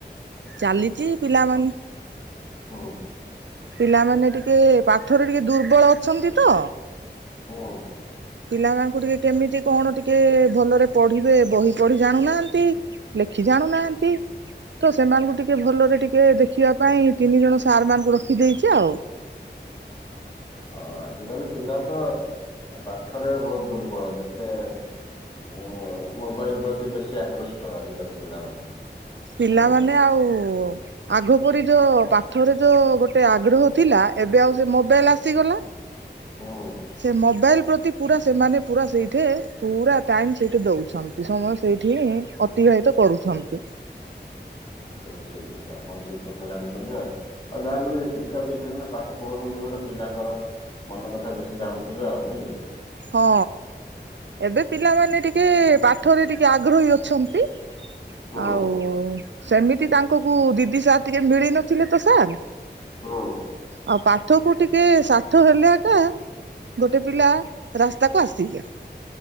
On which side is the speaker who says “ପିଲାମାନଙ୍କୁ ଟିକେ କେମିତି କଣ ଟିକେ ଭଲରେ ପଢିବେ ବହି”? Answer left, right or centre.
Right